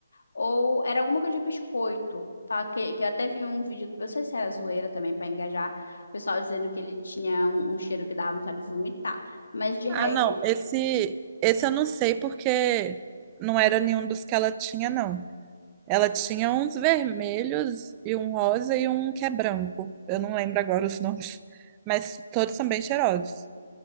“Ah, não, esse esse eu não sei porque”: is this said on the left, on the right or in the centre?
Right